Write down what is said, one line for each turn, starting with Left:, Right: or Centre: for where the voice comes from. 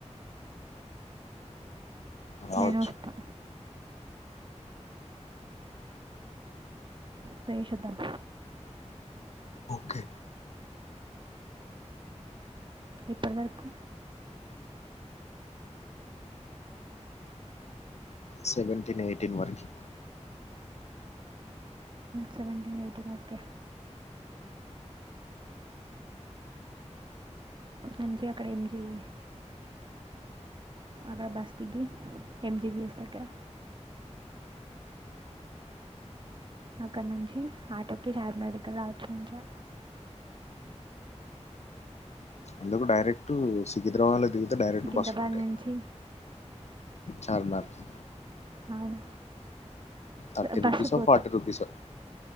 Left: రావచ్చు
Right: నేనూ వస్తా పోయేషివద్దాం
Left: ఓకె
Right: ఎప్పటి వరకు
Left: సెవెటీన్ ఎయిటీన్ వర్కి
Right: సెవెంటీన్ ఎయిటీన్ ఓకె అంజి అక్కడ ఏం చేయ అదే బస్ దిగి ఎమ్ జివిఎస్ దగ్గర అక్కడ నుంచి ఆటోకి చార్మినర్ దగ్గర రావచ్చు మంచిగా
Left: ఎందుకు డైరెక్ట్ సికింద్రాబాద్ లో దిగితే డైరెక్ట్
Right: సికింద్రాబాద్
Left: బస్సు లో ఉంటాయి
Right: నుంచి
Left: ఇంకా చార్మి నార్కి
Right: అవును
Left: థర్టీ
Right: బస్సుకు
Left: రుపీసో
Right: పోతే
Left: ఫార్టీ రుపీసో